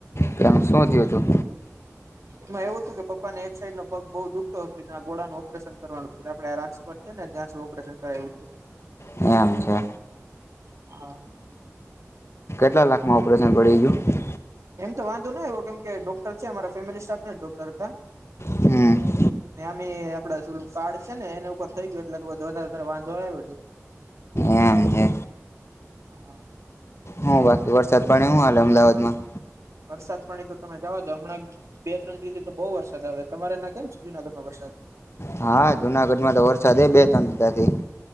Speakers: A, on the left; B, on the right.
A: કેમ શું થયું તું?
B: એમાં એવું હતું કે પપ્પાને એક સાઈડ નો પગ બઉુ દુખતો હતું ગોળાનું ઓપરેન કરવાનું હતું આપડે રાજકોટ છે ને ત્યાં સુું ઓપરેશન કરાવું છું.
A: એમ છે.
B: હા.
A: કેટલા લાખમાં ઓપરેશન પડાઈ ગ્યું?
B: એમ તો વાંધો ન એવો કેમ કે ડોક્ટર છે અમારા ફેમિલી સ્ટાફને ડોક્ટર હતા
A: હમ્મ.
B: ને આમે એ આપડા શલું કાર્ડ છે ને એના ઉપર થઈ ગયું એટલે તો બધ વધારે વધારે વાંધો આવો નહીં.
A: એમ છે.
B: હા
A: હું બાકી વરસાદ પાડે હું હાલે અમદાવાદ માં?
B: વરસાદ પાણી તો તમે જવા દો હમણાં બે ત્રણ દિવસથી તો બહુ વરસાદ આવે તમારે એના કેમ છે જૂનાગર માં વરસાદ?
A: હા, જુનાગઢમાં તો વરસાદ એ બે ત્રણ દીધા થી.